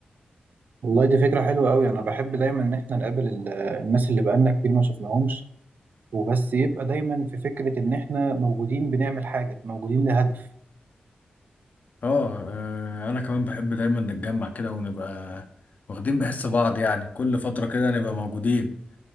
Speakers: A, on the right (about 70°); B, on the left (about 60°).
A: والله دي فكره حلوه قوي انا بحب دايما ان احنا نقابل ال- الناس اللي بقالنا كتير ما شفناهمش وبس يبقى دايما في فكره ان احنا موجودين بنعمل حاجه موجودين لهدف
B: اه آه، انا كمان بحب دايما نتجمع كده ونبقى واخدين بحس بعض يعني كل فترة كده نبقى موجودين